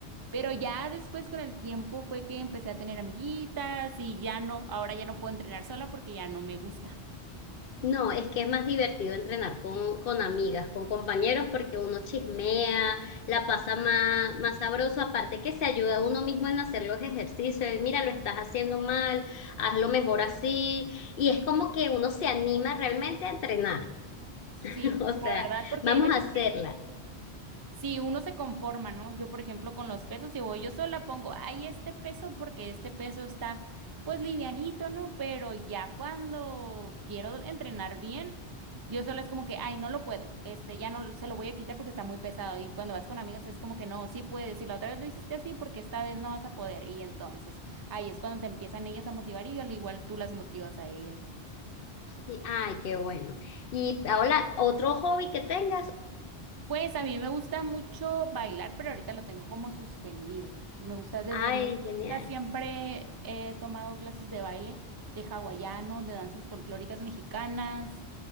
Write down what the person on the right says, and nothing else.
Pero ya después con el tiempo fue que empecé a tener amiguitas y ya no, ahora ya no puedo entrenar sola porque ya no me gusta.
Sí,
la
verdad, porque
hay veces
Si uno se conforma, ¿no? Yo, por ejemplo, con los pesos, si voy yo sola, pongo, ay, este peso, porque este peso está, pues, livianito, ¿no? Pero ya cuando quiero entrenar bien, yo sola es como que, ay, no lo puedo, este, ya no lo- se lo voy a quitar porque está muy pesado. Y cuando vas con amigas es como que, no, sí puedes, y la otra vez lo hiciste así porque esta vez no vas a poder. Y entonces, ahí es cuando te empiezan ellas a motivar y al igual tú las motivas a ellas.
Pues a mí me gusta mucho bailar, pero ahorita lo tengo como suspendido. Me gusta desde
muy...
o siempre he tomado clases de baile, de hawaiano, de danzas folclóricas mexicanas.